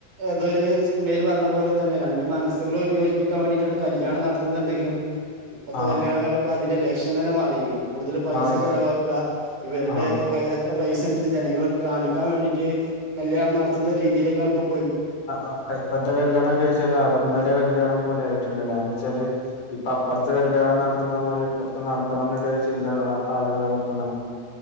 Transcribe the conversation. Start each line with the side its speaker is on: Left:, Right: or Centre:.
Right: ഏതൊരു സിനിമയിൽ പറഞ്ഞ പോലെ തന്നെ രണ്ട് മനസ്സുകളും ഒരു യോജിപ്പിക്കാൻ വേണ്ടിട്ടാണ് കല്യാണം നടത്തുന്നുണ്ടെങ്കിലും ഇപ്പഴത്തെ
Left: ആഹ്
Right: കല്യാണങ്ങളൊക്കെ അതിന്റെ ലക്ഷ്യം തന്നെ മാറിയിരിക്കുന്നു. കൂടുതൽ പൈസ
Left: മാറി
Right: ചെലവാക്കുക ഇവരുടെ
Left: ആഹ്
Right: കൈ ഇത്ര പൈസ ഉണ്ട് ജനങ്ങൾക്ക് കാണിക്കാൻ വേണ്ടിട്ട് കല്യാണം നടത്തുന്ന രീതിയിലേക്കാണ് ഇപ്പോ
Left: ആപ്പ കല്യാണംമക്കെ വെച്ചാല് ആഡംബര കല്യാണം പോലെ ആയിട്ടുണ്ട് കാരണം വെച്ചാല് ഇപ്പൊ അപ്പുറത്തെ കല്യാണം നടത്തണ പോലെ ഇപ്പറത്തെ നടത്തണം എന്നുള്ള ചിന്തകള ആളുകളാണ്പ്പന്ന